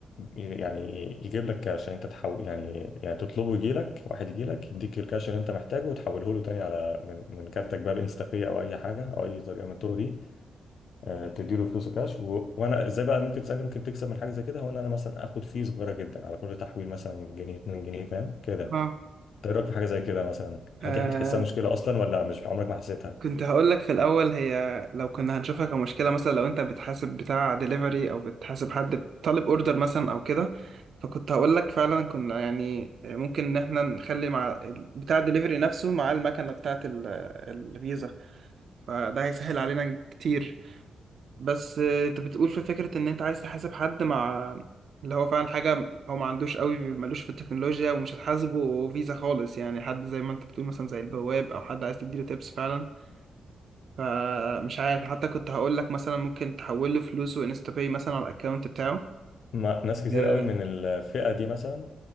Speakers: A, on the left; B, on the right.
A: يعني يجيب لك كاش يعني انت تحول يعني يعني تطلبه يجي لك واحد يجي لك يديك الكاش اللي انت محتاجه وتحوله له تاني على من من كارتك بقى بانستا باي او اي حاجه او اي طريقه من الطرق دي آه، تديله فلوسه كاش و... وانا ازاي بقى ممكن تسالني ممكن تكسب من حاجه زي كده هو ان انا مثلا اخد فيه صغيره جدا على كل تحويل مثلا جنيه 2 جنيه فاهم كده إنت
B: اه آه،
A: ايه رايك في حاجه زي كده مثلا هل
B: آه،
A: دي بتحسها مشكله اصلا ولا مش عمرك ما حسيتها
B: كنت هقول لك في الأول هي لو كنا هنشوفها كمشكلة مثلا لو أنت بتحاسب بتاع دليفري أو بتحاسب حد طالب أوردر مثلا أو كده فكنت هقول لك فعلا كنا يعني ممكن إن إحنا نخلي مع ال- بتاع الدليفري نفسه مع المكنة بتاعة ال- الفيزا فده هيسهل علينا كتير بس آه، انت بتقول في فكرة ان انت عايز تحاسب حد مع اللي هو فعلا حاجة هو ما عندوش قوي ملوش في التكنولوجيا ومش هتحاسبه فيزا خالص يعني حد زي ما انت بتقول مثلا زي البواب او حد عايز تديله تيبس فعلا فمش عارف حتى كنت هقول لك مثلا ممكن تحول له فلوسه انستا باي مثلا على الاكونت بتاعه
A: ما ناس كتير
B: اه
A: قوي من الفئه دي مثلا